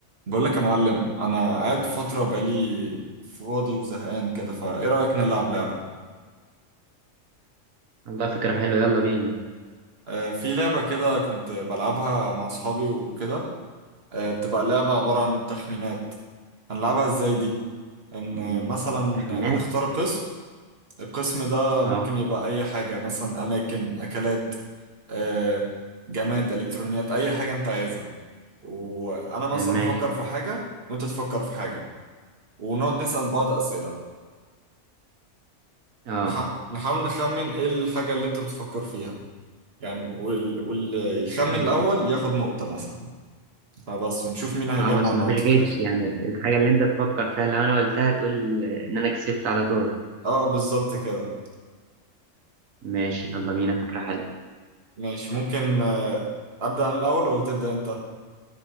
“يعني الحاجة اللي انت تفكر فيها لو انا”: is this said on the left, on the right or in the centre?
Right